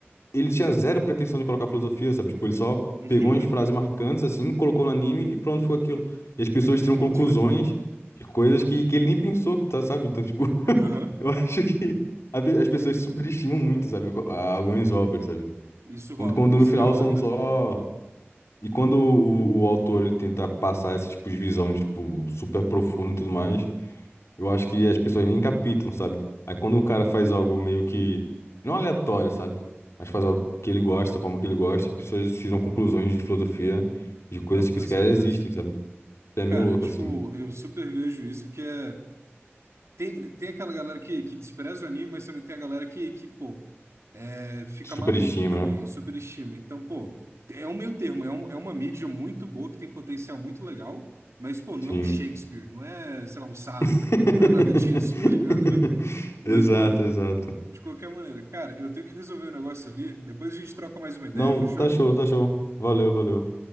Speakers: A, on the left (about 75°); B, on the right (about 85°).
A: ele tinha zero pretensão de colocar filosofia, sabe? Tipo, ele só
B: <laughs>
A: pegou umas frases marcantes, assim, colocou no anime e pronto, foi aquilo. E as pessoas tiram
B: Boto
A: conclusões
B: fé.
A: de coisas que, que ele nem pensou, tá, sabe? Então, tipo,
B: Aham.
A: <laughs> eu acho que a pe- as pessoas
B: É,
A: superestimam muito, sabe? co- a- Algumas obras, sabe?
B: isso rola.
A: Quando, quando
B: Isso
A: no final
B: aí rola
A: são
B: grandão.
A: só e quando o, o autor ele tenta passar esse tipo de visão de tipo super profundo e tudo mais, eu acho que as pessoas nem captam, sabe? Aí quando o cara faz algo meio que não aleatório, sabe? Mas faz algo que ele gosta, da forma que ele gosta, as pessoas tiram conclusões de filosofia de coisas
B: Não, com
A: que sequer
B: certeza.
A: existem, sabe? É meio
B: Cara,
A: louco
B: tipo,
A: assim.
B: eu super vejo isso, que é. Tem, tem aquela galera que, que despreza o anime, mas também tem a galera que, que pô, é, fica
A: Superestima,
B: maluco também,
A: né?
B: superestima. Então, pô, é um meio termo, é, um, é uma mídia muito boa, que tem potencial muito legal, mas, pô, não
A: Sim.
B: é um Shakespeare, não é, sei lá, um Sartre,
A: <laughs>
B: não, não é nada disso, <laughs> tá ligado? Mas,
A: Exato,
B: mano,
A: exato.
B: de qualquer maneira, cara, eu tenho que resolver o negócio ali, depois a gente troca mais uma ideia,
A: Não,
B: fechou?
A: tá show, tá show. Valeu, valeu.